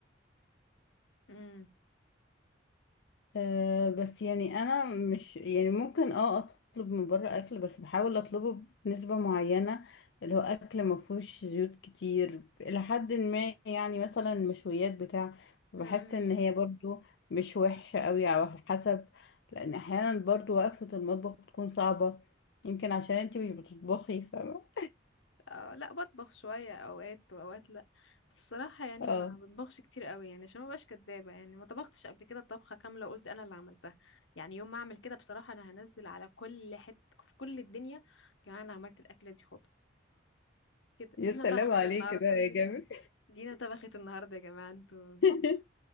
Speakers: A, on the left (about 80°); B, on the left (about 65°).
A: امم
B: أه بس يعني انا مش يعني ممكن اه اطلب من بره اكل بس بحاول اطلبه بنسبة معينة اللي هو اكل ما فيهوش زيوت كتير الى حد ما يعني مثلا مشويات بتاع بحس
A: امم
B: ان هي برضو مش وحشة قوي على حسب لان احيانا برضو وقفة المطبخ بتكون صعبة يمكن عشان انتي مش بتطبخي فاهمة
A: آه لا بطبخ شوية اوقات واوقات لا بس بصراحة يعني
B: اه
A: ما بطبخش كتير قوي يعني عشان ما بقاش كدابة يعني ما طبختش قبل كده طبخة كاملة وقلت انا اللي عملتها يعني يوم ما اعمل كده بصراحة انا هنزل على كل حتة في كل الدنيا كمان انا عملت الاكلة دي خطوة كده
B: يا
A: دينا
B: سلام
A: طبخت
B: عليك
A: النهاردة
B: كده يا جامد
A: دينا طبخت النهارده يا جماعه انتوا
B: <laughs>